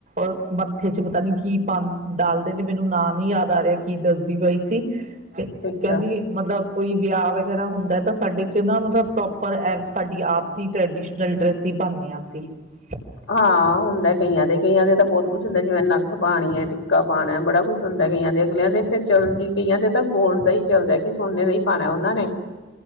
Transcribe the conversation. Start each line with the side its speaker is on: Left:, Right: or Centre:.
Right: ਰ ਮੱਥੇ ਚ ਪਤਾ ਨੀ ਕੀ ਪਾ ਡਾਲਦੇ ਨੇ ਮੈਨੂੰ ਨਾਂ ਨੀ ਯਾਦ ਆ ਰਿਹਾ ਕੀ ਦੱਸਦੀ ਪਈ ਸੀ ਤੇ
Left: ਠੀਕ
Right: ਕਹਿੰਦੀ
Left: ਆ
Right: ਮਤਲਬ ਕੋਈ ਵਿਆਹ ਵਗੈਰਾ ਹੁੰਦਾ ਤਾਂ ਸਾਡੇ ਚ ਨਾ ਮਤਲਬ ਪ੍ਰੋਪਰ ਸਾਡੀ ਆਪ ਦੀ ਟ੍ਰੈਡੀਸ਼ਨਲ ਡਰੈਸ <unintelligible>
Left: ਹਾਂ ਹੁੰਦਾ ਕਈਆਂ ਦੇ ਕਈਆਂ ਦੇ ਤਾਂ ਬਹੁਤ ਕੁਛ ਹੁੰਦਾ ਜਿਵੇਂ ਨੱਥ ਪਾਉਣੀ ਹੈ ਟਿੱਕਾ ਪਾਉਣਾ ਬੜਾ ਕੁਛ ਹੁੰਦਾ ਕਈਆਂ ਦੇ ਅਗਲਿਆਂ ਦੇ ਫਿਰ ਚਲਦੀ ਕਈਆਂ ਦੇ ਤਾਂ ਗੋਲ ਦਾ ਹੀ ਚੱਲਦਾ ਕਿ ਸੋਨੇ ਦਾ ਹੀ ਪਾਉਣਾ ਉਹਨਾਂ ਨੇ